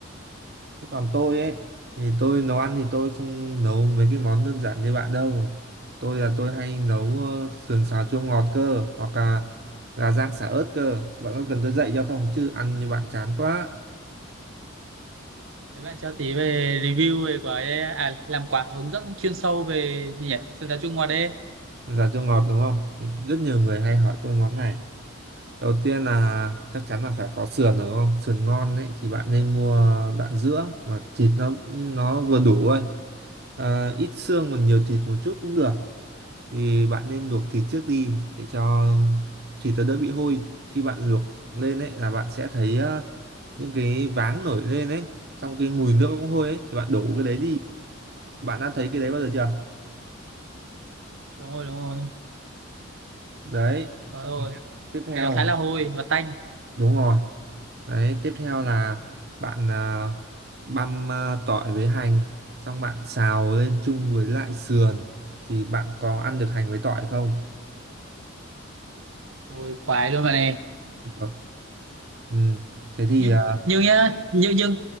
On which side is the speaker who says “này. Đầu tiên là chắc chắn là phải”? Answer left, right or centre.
Right